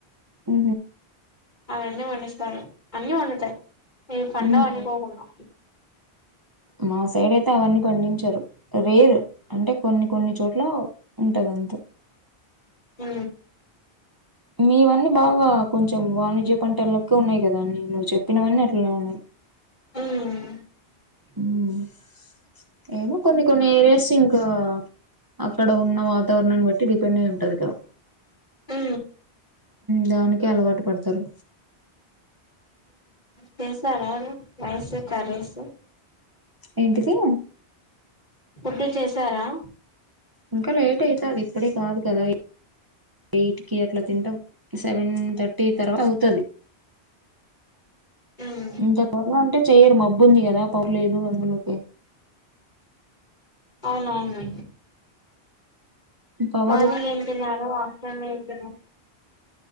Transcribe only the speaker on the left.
అవన్నీ వండిస్తాయి అన్నీ వండుతాయి ఈవి పండ
అన్నకోకుండా
అ
ఉమ్
అ
చేసార వైసు కేసి
ఫుడ్డు చేశారా
ఉమ్
అవునవును
మార్నింగ్ ఏ తనాారు ఆఫ్టర్నూన్ ఏ తనా